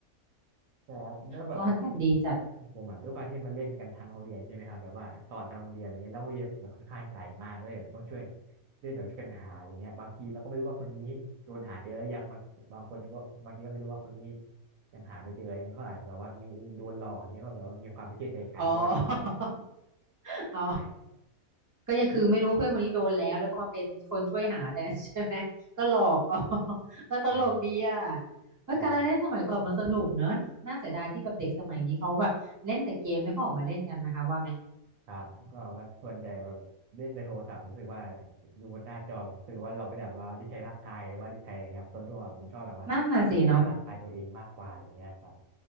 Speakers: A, on the right; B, on the right.
A: ใช่ครับแล้วแบบ
B: ซ่อนกันดีจัด
A: ผมอ่ะด้วยความที่มันเล่นกันทางโรงเรียนใช่ไหมครับแบบว่าสอนทางโรงเรียนอะไรเงี้ยแล้วโรงเรียนผมมันค่อนข้างใหญ่มากเลยแบบต้องช่วยเล่นแบบช่วยกันหาอะไรเงี้ยบางทีเราก็ไม่รู้ว่าคนนี้โดนหาเจอแล้วยังบางบางคนก็บางทีก็ไม่รู้ว่าคนนี้ยังหาไม่เจออะไรเงี้ยก็อาจแบบว่ามีโดนหลอกอย่างเงี้ยก็แบบว่ามีความไม่เชื่อใจกันด้วย
B: อ๋อ <laughs> อ๋อ
A: ใช่ครับ
B: ก็ยังคือไม่รู้ว่าเพื่อนคนนี้โดนแล้วแล้วก็มาเป็นคนช่วยหาแต่ใช่ไหม <laughs> ก็หลอกอ๋อ <laughs> ก็ตลกดีอ่ะ
A: ใช่ครับ
B: เฮ้ยการเล่นสมัยก่อนมันสนุกเนอะน่าเสียดายที่แบบเด็กสมัยนี้เขาแบบเล่นแต่เกมไม่ค่อยออกมาเล่นกันนะคะว่าไหม
A: ใช่ครับครับก็แบบว่าส่วนใหญ่แบบเล่นแต่โทรศัพท์รู้สึกว่าอยู่บนหน้าจอรู้สึกว่าเราไม่ได้แบบว่าได้ใช้ร่างกายหรือว่าได้ใช้อะไรเงี้ยครับส่วนตัวผมชอบแบบว่า
B: นั่นน่ะสิเนาะ
A: ใช้ร่างกายตัวเองมากกว่าอย่างเงี้ยครับ